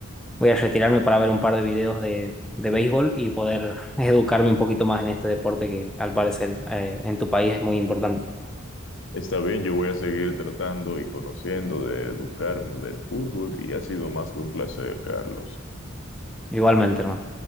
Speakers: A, in the centre; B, on the left.
A: voy a retirarme para ver un par de videos de, de béisbol y poder <laughs> educarme un poquito más en este deporte que al parecer eh, en tu país es muy importante.
B: Está bien, yo voy a seguir tratando y conociendo de educarme del fútbol y ha sido más que un placer, Carlos.
A: Igualmente, hermano.